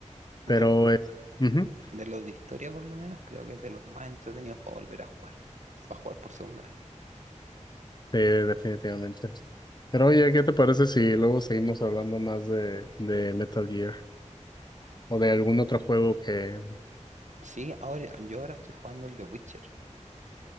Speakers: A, on the left; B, on the right.
A: Pero
B: De los,
A: es, ujú.
B: de los de historia, por lo menos, creo que es de los más entretenidos para volver a jugar. Para jugar por segunda vez.
A: Sí, definitivamente. Pero oye, ¿qué te parece si luego seguimos hablando más de, de Metal Gear? O de algún otro juego que,
B: Sí, ahora, yo ahora estoy jugando el de Witcher.